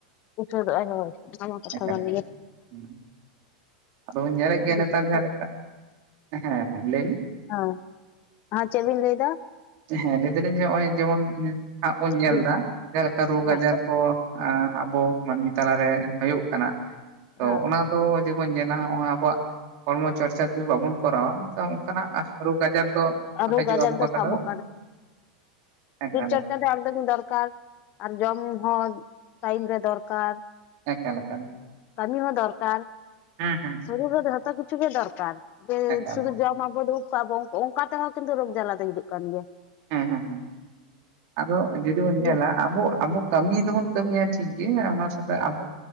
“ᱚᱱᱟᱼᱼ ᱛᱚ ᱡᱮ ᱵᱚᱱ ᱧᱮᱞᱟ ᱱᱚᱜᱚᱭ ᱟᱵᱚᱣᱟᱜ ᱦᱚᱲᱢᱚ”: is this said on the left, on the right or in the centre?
Right